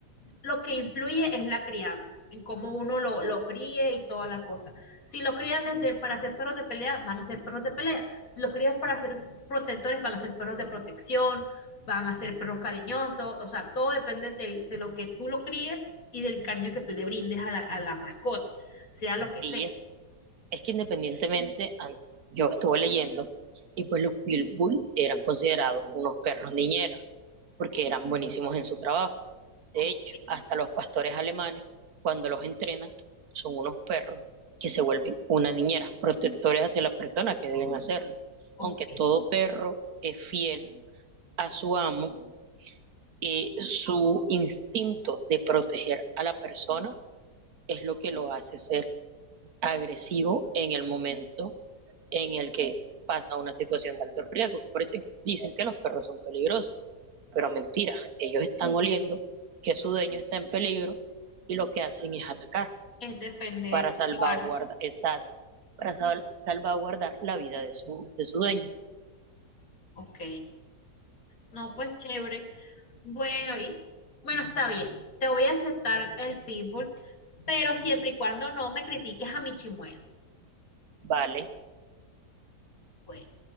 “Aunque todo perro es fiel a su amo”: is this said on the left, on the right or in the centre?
Right